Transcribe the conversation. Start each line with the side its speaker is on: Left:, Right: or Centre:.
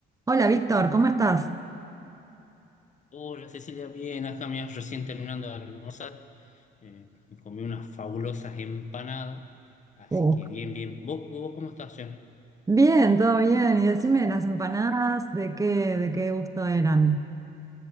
Right: Hola Víctor, ¿cómo estás?
Left: Hola Cecilia, bien, acá me recién terminando de almorzar, eh, me comí unas fabulosas empanadas, así
Right: Oh,
Left: que bien, bien. ¿Vos, vos cómo estás, che?
Right: Bien, todo bien. Y decime las empanadas, ¿de qué, de qué gusto eran?